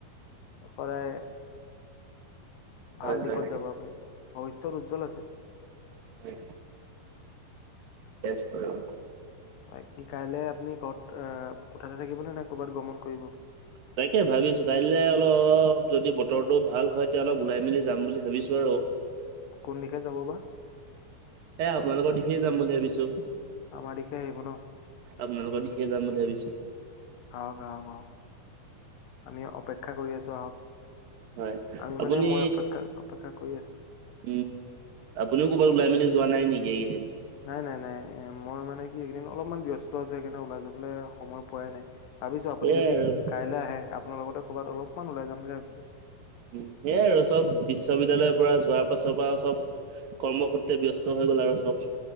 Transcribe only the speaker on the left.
সদায় ভাল
দিশত
যাব আপুনি, ভৱিষ্যত উজ্জ্বল আছে।
বাকী কাইলে আপুনি ঘৰত অহ, কোঠাতে থাকিব নে ক'বাত গমন কৰিব?
কোন দিশে যাব বা?
আমাৰ দিশেই আহিব ন'।
আহক, আহক, আহক আমি অপেক্ষা কৰি আছোঁ আহক।
আমি
মানে মই অপেক্ষা অপেক্ষা কৰি আছো
নাই, নাই, নাই মই মানে কি এইকদিন অলপমান ব্যস্ত আছোঁ সেইকাৰণে ওলাই যাবলৈ সময় পোৱাই নাই। ভাবিছোঁ আপুনি
যদি
কাইলৈ আহে আপোনাৰ লগতে ক'ৰবাত অলপমান ওলাই যাম বুলি ভাবিছোঁ।